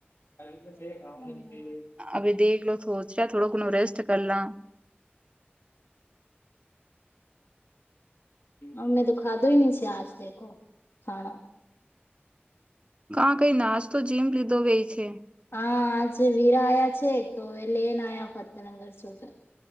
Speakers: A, on the left (about 80°); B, on the right (about 30°).
A: અલી તો શેખ અમદ છે.
B: હવે દેખ લોચ્યા થોડો ઘણું રેસ્ટ કરલા.
A: અમે તો ખાધો નહી છે આજ દ ખાણો.
B: કા કઈ નાશ તો જીમ લીધો વય છે.
A: હા આજે વીરા આયા છે તો લઈને આવ્યા ફતેનગર સુધ